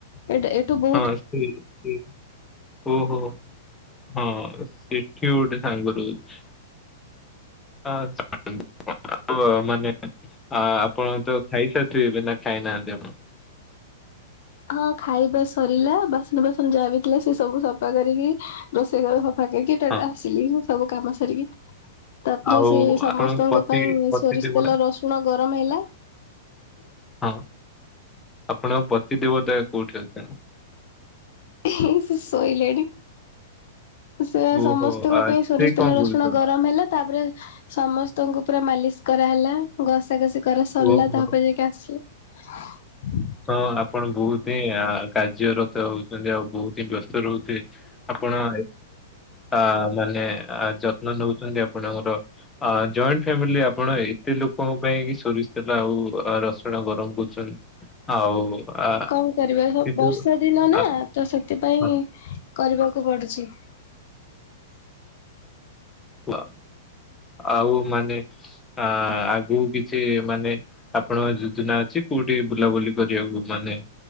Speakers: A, on the left; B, on the left.
A: ଏଟା ଏଠୁ ବ
B: ହଁ ସ ହୁଁ ଉଁ ଓହୋ। ହଁ ସେଠି ଗୋଟେ ସାଙ୍ଗ ରହୁଛି। ଆଛ <inaudible> ଆଉ ମାନେ ଆ ଆପଣ ତ ଖାଇସାରିଥିବେ ଏବେ ନା ଖାଇନାହାନ୍ତି ଆପଣ।
A: ହଁ ଖାଇବା ସରିଲା ବାସନ ବାସନ ଯାହା ବି ଥିଲା ସେ ସବୁ ସଫା କରିକି। ରୋଷେଇ ଘର ସଫା କରିକି <unintelligible>
B: ହଁ
A: ଆସିଲି ସବୁ କାମ ସାରିକି। ତାପରେ
B: ଆଉ
A: ସେ ସମସ୍ତଙ୍କ
B: ଆପଣଙ୍କ ପତି
A: ପାଇଁ
B: ପତି
A: ସୋରିଷ
B: ଦେବତା
A: ତେଲ ରସୁଣ ଗରମ ହେଲା।
B: ହଁ ଆପଣଙ୍କ ପତି ଦେବତା କୋଉଠି ଅଛ
A: ହେଇ ସେ ଶୋଇଲେଣି। ସେ
B: ଓହୋ
A: ସମସ୍ତଙ୍କ
B: ଆ
A: ପାଇଁ ସୋରିଷ
B: ସେ କଣ
A: ତେଲ ରସୁଣ
B: କରୁଛନ୍ତି?
A: ଗରମ ହେଲା ତାପରେ। ସମସ୍ତଙ୍କୁ ପୁରା ମାଲିସ କରାହଲା ଘସାକଷି କରା ସଲା
B: ଓହୋ
A: ତାପରେ।
B: ହଁ
A: ହେଆ ଆସିଲି।
B: ହଁ ଆପଣ ବହୁତ ହିଁ ଆ କାର୍ଯ୍ୟରତ ହଉଛନ୍ତି ଆଉ ବହୁତ ହିଁ ବ୍ୟସ୍ତ ରହୁ ସେ ଆପଣ। ଆ ମାନେ ଯତ୍ନ ନଉଛନ୍ତି ଆପଣଙ୍କର ଅ ଜଏଣ୍ଟ। ଫିଆମିଲି ଆପଣ ଏତେ ଲୋକଙ୍କ ପାଇଁକି ସୋରିଷ ତେଲ ଆଉ ଅ ରସୁଣ ଗରମ କରୁଛନ୍ ଆଉ ଆ
A: କଣ କରିବା ସ
B: ଯୋଉ
A: ବର୍ଷା ଦିନ ନା
B: ଆ
A: ତ ସେଥିପାଇଁ।
B: ହଁ
A: କରିବାକୁ ପଡୁଛି।
B: ଉଅ ଆଉ ମାନେ ଆ ଆଗକୁ କିଛି ମାନେ। ଆପଣ ଯୋଜନା ଅଛି କୋଉଠି ବୁଲାବୁଲି କରିବାକୁ ମାନେ।